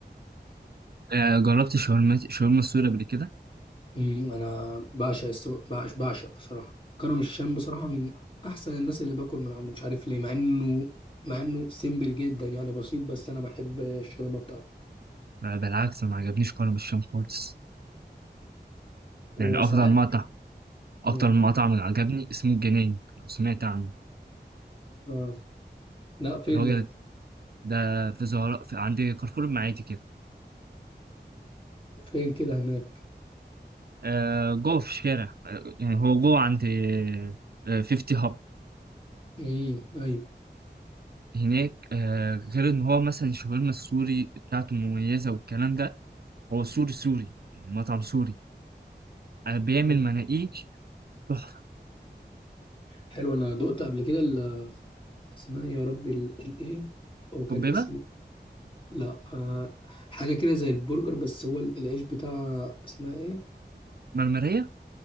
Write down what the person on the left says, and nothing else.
امم انا بعشق السو... بعشق بعشق بصراحه كرم الشام بصراحه من احسن الناس اللي باكل من عنده مش عارف ليه مع انه مع انه سيمبل جدا يعني بسيط بس انا بحب الشاورما بتاعته
وساعات
امم
اه لا فين
ده
فين كده هناك
امم ايوه
حلو
حلو، انا دقت قبل كده ال- اسمها يا ربي ال- الايه هو كان
اسمه لا آه حاجه كده زي البرجر بس هو ال- العيش بتاعها اسمها ايه